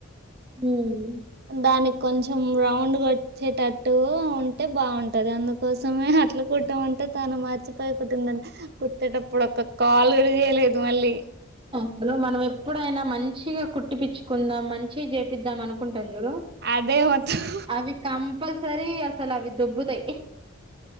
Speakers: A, on the right (about 25°); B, on the right (about 50°).
A: ఉమ్
B: దాని కొంచం రౌండ్ వచ్చేటట్టు ఉంటే బాగుంటది అందుకోసమే అట్ల కుట్టామంటే తాను మర్చిపోయి కుట్టింద కుట్టేటప్పుడు ఒక్ కాల్ గుడ చెయ్యలేదు మళ్ళీ
A: హలో మనం ఎప్పుడైనా మంచిగా కుట్టి పిచ్చుకుందాం మంచి చేపిద్దాం అనుకు పాన్ చూడు
B: అదే మొత్తం
A: అవి కంపల్సరి అసలు అవి దొబ్బుతై